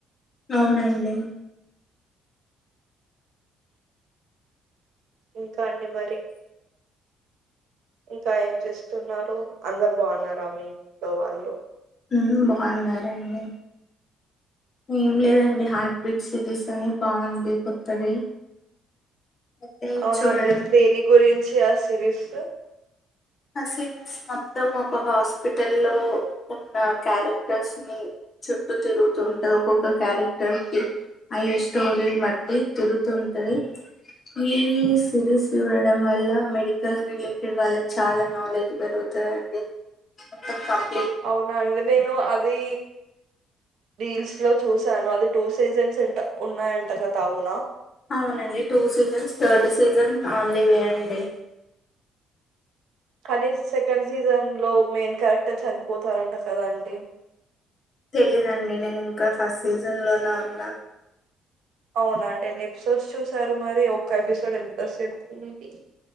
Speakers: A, on the left (about 30°); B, on the right (about 65°).
A: అవునండి
B: ఇంకా అండి మరి ఇంకా ఏం చేస్తున్నారు అందరు బాగున్నారా మీ ఇంట్లో వాళ్ళు
A: మ్మ్ బాగున్నారండి మీన్ లేదండి హార్ట్ బీట్ సిరీస్ అని బాగుంది కొత్తది అయితే
B: అవునండి
A: చూడడం
B: దేని గురించి ఆ సిరీస్
A: ఆ సిరీస్ మొత్తం ఒక హాస్పిటల్ లో ఉన్న క్యారెక్టర్స్ ని చుట్టూ తిరుగుతుంటది ఒక్కొక్క క్యారెక్టర్ కి అయ్యే స్టోరీని బట్టి తిరుతుంటది ఈ సిరీస్ చూడడం వల్ల మెడికల్ రిలేటెడ్ వాళ్ళక్ చాలా నాలెడ్జ్ పెరుగుతాయండి ఇంకికం
B: అవునా అండి నేను అది రీల్స్ లో చూసాను అది టూ సీజన్స్ అంట ఉన్నాయంట కదా అవునా
A: అవునండి two seasons third season only బీ అండి
B: కానీ సెకండ్ సీజన్ లో మెయిన్ క్యారెక్టర్ చనిపోతారంట కదా అండి
A: తెలీదండి నేను ఇంకా ఫస్ట్ సీజన్ లోనే ఉన్నా
B: అవునా అండి ఎన్ని ఎపిసోడ్స్ చూసారు మరి ఒక్క ఎపిసోడ్ ఎంత సేపుంది